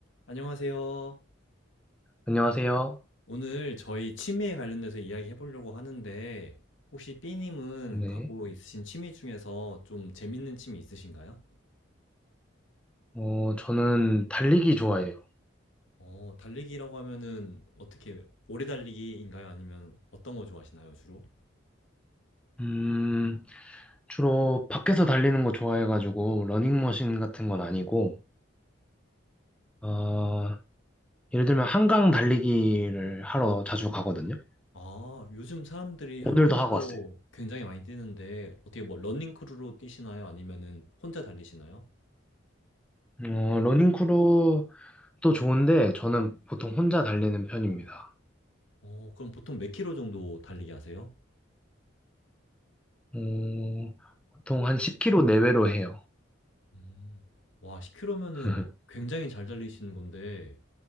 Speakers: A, on the left; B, in the centre.
A: 안녕하세요.
B: 안녕하세요.
A: 오늘 저희 취미에 관련돼서 이야기 해보려고 하는데, 혹시 삐님은
B: 네.
A: 갖고 있으신 취미 중에서 좀 재밌는 취미 있으신가요?
B: 어, 저는 달리기 좋아해요.
A: 어, 달리기라고 하면은 어떻게, 오래 달리기인가요? 아니면 어떤 거 좋아하시나요, 주로?
B: 음, 주로 밖에서 달리는 거 좋아해가지고, 러닝머신 같은 건 아니고, 어, 예를 들면 한강 달리기를 하러 자주 가거든요.
A: 아, 요즘 사람들이 한강에서
B: 오늘도 하고 왔어요.
A: 굉장히 많이 뛰는데, 어떻게 뭐 러닝크루로 뛰시나요? 아니면은 혼자 달리시나요?
B: 어, 러닝크루도 좋은데, 저는 보통 혼자 달리는 편입니다.
A: 어, 그럼 보통 몇 킬로 정도 달리기 하세요?
B: 어, 보통 한 10km 내외로 해요.
A: 음, 와, 10킬로면은
B: <laughs>
A: 굉장히 잘 달리시는 건데,